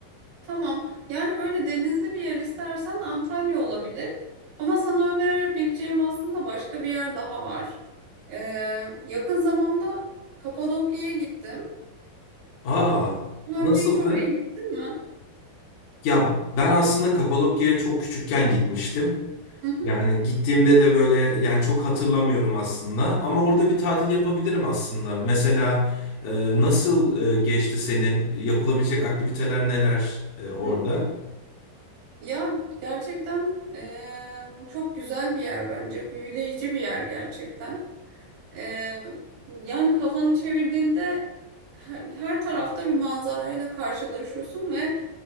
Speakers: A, on the right (about 80°); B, on the left (about 75°).
A: tamam yani böyle denizli bir yer istersen Antalya olabilir. Ama sana önerebileceğim aslında başka bir yer daha var. E, yakın zamanda Kapadokya'ya gittim.
B: Aa,
A: Daha
B: nasıldı?
A: Önce hiç oraya gittin mi?
B: Ya ben aslında Kapadokya'ya çok küçükken gitmiştim.
A: Hı hı.
B: Yani gittiğimde de böyle yani çok hatırlamıyorum aslında ama orada
A: Hı
B: bir tatil yapabilirim aslında. Mesela e, nasıl e, geçti senin? Yapılabilecek aktiviteler neler e, orada?
A: hı. Ya gerçekten eee, çok güzel bir yer bence. Büyüleyici bir yer gerçekten. Eee, yani kafanı çevirdiğinde her, her tarafta bir manzarayla karşılaşıyorsun ve